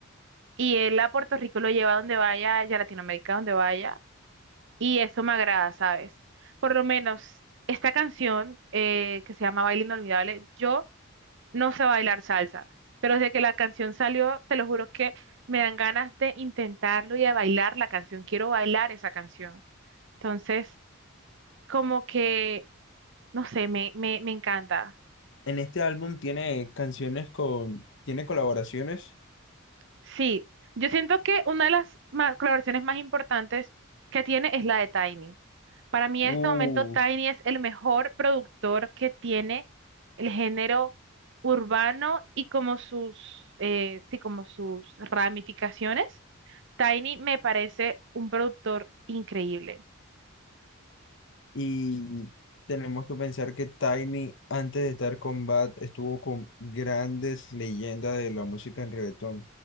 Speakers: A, on the right; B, on the left.
A: Y él a Puerto Rico lo lleva donde vaya, y a Latinoamérica donde vaya. Y eso me agrada, ¿sabes? Por lo menos esta canción eh, que se llama Baile Inolvidable, yo no sé bailar salsa, pero desde que la canción salió, te lo juro que me dan ganas de intentarlo y de bailar la canción. Quiero bailar esa canción. Entonces, como que, no sé, me, me, me encanta.
B: En este álbum tiene canciones con, tiene colaboraciones.
A: Sí, yo siento que una de las ma- colaboraciones más importantes que tiene es la de Tiny. Para mí
B: Uh,
A: en este momento Tiny es el mejor productor que tiene el género urbano y como sus, eh, sí, como sus ramificaciones. Tiny me parece un productor increíble.
B: y tenemos que pensar que Tiny, antes de estar con Bad, estuvo con grandes leyendas de la música en reggaetón.